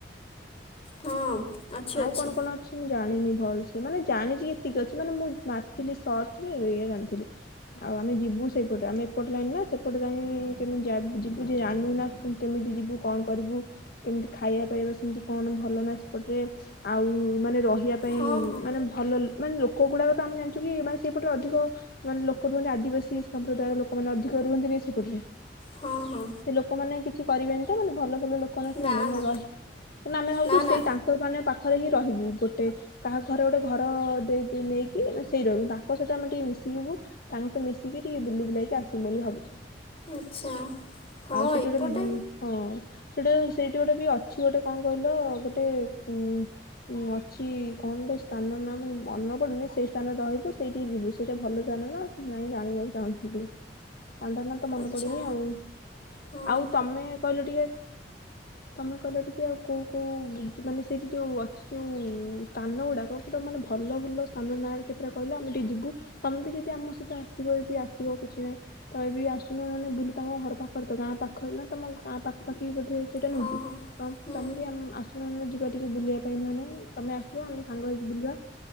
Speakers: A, on the left; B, on the left.
A: ହଁ। ଅଛି
B: ଆଉ
A: ଅଛି
B: କଣ କଣ ଅଛି ମୁଁ ଜାଣିନି ଭଲ ସେ ମାନେ ଜାଣିଛି ଏତିକି ଅଛି ମାନେ ମୁଁ ମାର୍କ ଥିଲି ସର୍ଚରେ ଏଇଆ ଜାଣିଥିଲି। ଆଉ ଆମେ ଯିବୁ ସେଇପଟରେ ଆମେ ଏପଟ ଲାଇନ୍ ନା ସେପଟ ଲାଇନ୍ କେମିତି ଯାବ୍ ଯିବୁ ଜାଣିନା ନା କେମିତି ଯିବୁ। କଣ କରିବୁ କେମିତି ଖାଇବା ପାଇବା ସେମିତି କଣ ଭଲ ନା ସେପଟରେ ଆଉ ମାନେ ରହିବା ପାଇଁ
A: ହଁ ହଁ
B: ମାନେ ଭଲ ଲୋ ମାନେ ଲୋକ ଗୁଡ଼ାକ ତ ଆମେ ଜାଣିଛୁ କି ମାନେ ସେଇପଟେ ଅଧିକ ମାନେ ଲୋକ ରୁହନ୍ତି ଆଦିବାସୀ ସମ୍ପ୍ରଦାୟର ଲୋକମାନେ ଅଧିକ ରୁହନ୍ତିନି ସେପଟରେ?
A: ହଁ ହଁ
B: ସେ ଲୋକମାନେ କିଛି କରିବେନି ତ ମାନେ ଭଲ ଭଲ ଲୋକ। <inaudible> କିନ୍ତୁ
A: ନା ନା
B: ଆମେ ଭାବୁଛୁ
A: ନା ନା
B: ସେଇ ତାଙ୍କ ମାନେ ପାଖରେ ହିଁ ରହିବୁ ଗୋଟେ କାହା ଘରେ ଗୋଟେ ଘର ଦେଇ-ଦେଇ ନେଇକି ଆମେ ସେଇ ରହିବୁ ତାଙ୍କ ସହିତ ଆମେ ଟିକେ ମିଶିବୁ। ତାଙ୍କ ସହିତ ମିଶିକି ଟିକେ ବୁଲି ବୁଲାକି ଆସିମୁ ବୋଲି ଭାବୁଥିଲୁ।
A: ଆଚ୍ଛା ହଁ
B: ଆଉ ସେଠି
A: ଏପଟେ
B: ଗୋଟେ ଉଁ ହଁ। ସେଟି ସେଇଠି ଗୋଟେ ବି ଅଛି ଗୋଟେ କଣ କହିଲ ଗୋଟେ ଉଁ ଉଁ ଅଛି କଣଟେ ସ୍ଥାନ ନା ମୁଁ ମନପଡ଼ୁନି ସେଇ ସ୍ଥାନ ରହିବୁ ସେଇଠିକି ଯିବୁ ସେଇଟା ଭଲ ସ୍ଥାନ ନା। ନାଇଁ ଜାଣିବାକୁ ଚାହୁଁଥିଲି କଣ୍ଡ ନା ତ ମନେ
A: ଆଚ୍ଛା
B: ପଡୁନି ଆଉ
A: ହଁ
B: ଆଉ ତମେ କହିଲ ଟିକେ ତମେ କହିଲ ଟିକେ ଆଉ କୋଉ କୋଉ <inaudible> ମାନେ ସେଇଠି ଯୋଉ ଅଛି ଯୋଉ ସ୍ଥାନ ଗୁଡ଼ାକ ପୁରା ମାନେ ଭଲ ଭଲ ସ୍ଥାନ ନାଁ କେତେଟା କହିଲ ଆମେ ଟିକେ ଯିବୁ। ତମେ ବି ଯଦି ଆମ ସହିତ ଆସିବ ଯଦି ଆସିବ କିଛି ନାହିଁ। ତମେ ବି ଆସୁନ ନହେ ବୁଲି ତମ ଘର ପାଖରେ ତ ଗାଁ ପାଖରେ ନା ତମ ଗାଁ ପାଖା ପାଖି ବୋଧେ ସେଇଟା
A: ହଁ
B: ନୁହେଁ ସେଟା।
A: ହଁ।
B: ଅମ୍
A: ହୁଁ
B: ତମେ ବି ଆମ ଆସୁନହ ଯିବା ଟିକେ ବୁଲିବା ପାଇଁ ନହେନେ ତମେ ଆସିବ ଆମେ ସାଙ୍ଗ ହେଇକି ବୁଲିବା।